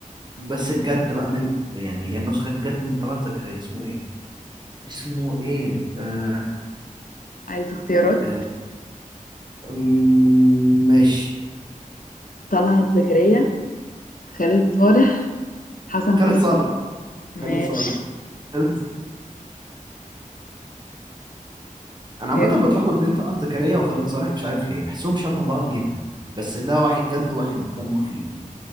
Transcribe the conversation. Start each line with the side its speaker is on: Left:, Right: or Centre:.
Right: بس الجد بقى منه يعني هي النسخة الجد من طلعت زكريا اسمه ايه اسمه ايه آه
Left: عايز اختيارات
Right: آه أمم، ماشي
Left: طلعت زكريا خالد صالح حسن
Right: خالد
Left: حسني
Right: صالح
Left: ماشي
Right: خالد صالح خالد انا
Left: يلا.
Right: عامة بتلخبط بين طلعت زكريا وخالد صالح مش عارف ليه بحسهم شبه بعض جدا بس ده واحد جد وواحد دمه خفيف